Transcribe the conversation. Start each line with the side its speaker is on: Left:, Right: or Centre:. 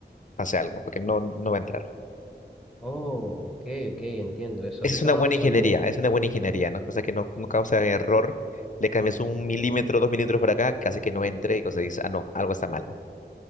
Left: pase algo, porque no, no va a entrar.
Centre: Oh, ok, ok, entiendo. Eso,
Left: Esa
Centre: eso
Left: es una
Centre: no
Left: buena
Centre: lo sabía.
Left: ingeniería, es una buena ingeniería, ¿no? Cosa que no, no causa error. Le cambias un milímetro, dos milímetros para acá, que hace que no entre y cosa dice, ah, no, algo está mal, ¿no?